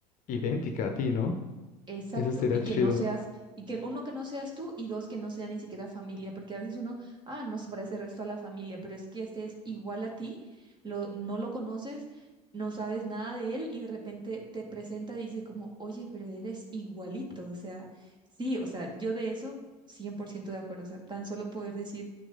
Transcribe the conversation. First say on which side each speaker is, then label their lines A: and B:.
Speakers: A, on the left (about 40°); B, on the right (about 20°).
A: idéntica a ti, ¿no?
B: Exacto,
A: Eso sería
B: y
A: chido.
B: que no seas, y que uno que no seas tú y dos que no sea ni siquiera familia, porque a veces uno, ah, no se parece el resto a la familia, pero es que este es igual a ti, lo, no lo conoces, no sabes nada de él y de repente te presenta y dice como, oye, pero eres igualito, o sea, sí, o sea, yo de eso 100% de acuerdo, o sea, tan solo poder decir